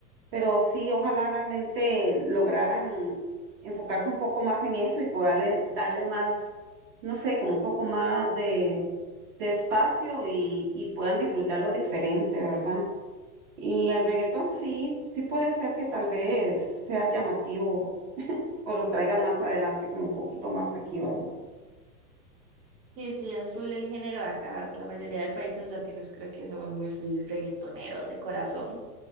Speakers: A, on the right; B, on the right.
A: Pero sí, ojalá realmente lograran enfocarse un poco más en eso y poderle darle más, no sé, como un poco más de, de espacio y, y puedan disfrutarlo diferente, ¿verdad? Y el reggaetón sí, sí puede ser que tal vez sea llamativo o lo traigan más adelante, como un poquito más aquí, ¿verdad?
B: Sí, sí, es full el género de acá. La mayoría de países latinos creo que somos muy full reggaetoneros de corazón.